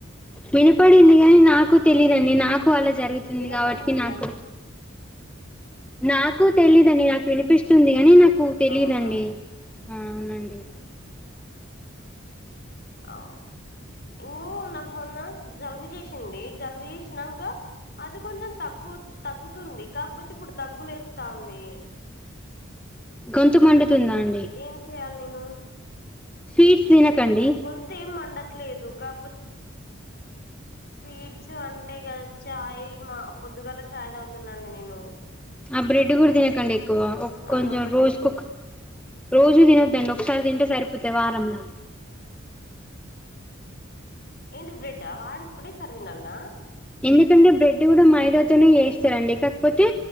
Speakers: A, in the centre; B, on the left (about 50°).
A: వినపడింది కాని నాకు తెలిదండి నాకు అలా జరుగుతుంది
B: వినబడుతుందం
A: కాబట్కి నాకు నాకు తెలీదండి నాకు వినిపిస్తుంది అని నాకు తెలిదండి
B: అవునా
A: అవునండి
B: అవు ఇంగ నాకు మొన్న జలుబు చేసింది జలుబు చేసినంక అది కొంచెం తగ్గు తగ్గుతుంది కాకపోతే ఇప్పుడు దగ్గులే వస్తా ఉంది
A: గొంతు మండుతుందండి
B: ఏం చేయాలి నేను
A: స్వీట్స్ తిన్నకండి
B: గొంతు ఏం మండట్లేదు కాపోతే స్వీట్స్ అంటే ఇగా ఛాయ్ మా పొద్దుగాల ఛాయ్ తాగుతానండి నేను
A: ఆ బ్రెడ్ గూడా తిన్నకండి ఎక్కువ కొంచెం
B: అదొక్కటే
A: రోజు
B: ఇక
A: కోక రోజు తిన్నద్దండి ఒకసారి తింటే సరిపోతాయి వారంలా
B: ఏంటిది బ్రెడ్డా వారంన్ ఒకటేసారి తిన్నాలా
A: ఎందుకంటే బ్రెడ్ కూడా మైదాతోనే చేస్తారండి కాకపోతే